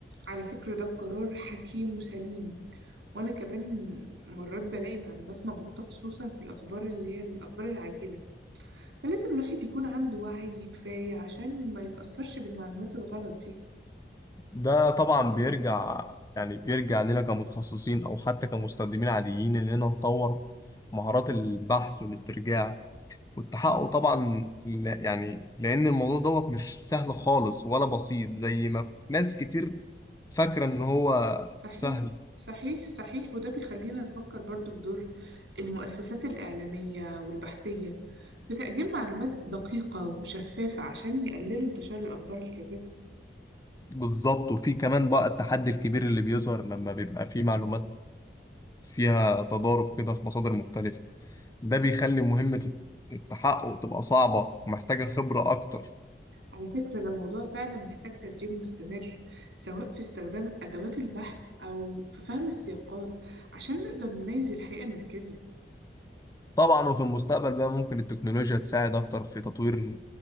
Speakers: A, on the right (about 90°); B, on the left (about 20°).
A: على فكرة ده قرار حكيم وسليم وأنا كمان مرات بلاقي معلومات مغلوطة خصوصا في الأخبار اللي هي الأخبار العاجلة فلازم الواحد يكون عنده وعي كفاية عشان ما يتأثرش بالمعلومات الغلط دي
B: ده طبعا بيرجع يعني بيرجع لنا كمتخصصين او حتى كمستخدمين عاديين اننا نطور مهارات البحث والاسترجاع والتحقق طبعا لا- يعني لان الموضوع دوت مش سهل خالص ولا بسيط زي ما ناس كتير فاكره ان هو
A: صحيح
B: سهل
A: صحيح صحيح وده بيخلينا نفكر برضو في دور المؤسسات الإعلامية والبحثية في تقديم معلومات دقيقة وشفافة عشان يقللوا انتشار الأخبار الكاذبة
B: بالظبط وفي كمان بقى التحدي الكبير اللي بيظهر لما بيبقى في معلومات فيها تضارب كده في مصادر مختلفه ده بيخلي مهمه التحقق تبقى صعبه ومحتاجه خبره اكتر
A: على فكرة ده موضوع فعلا محتاج تدريب مستمر سواء في استخدام أدوات البحث أو في فهم السياقات عشان نقدر نميز الحقيقة من الكذب
B: طبعا وفي المستقبل بقى ممكن التكنولوجيا تساعد اكتر في تطوير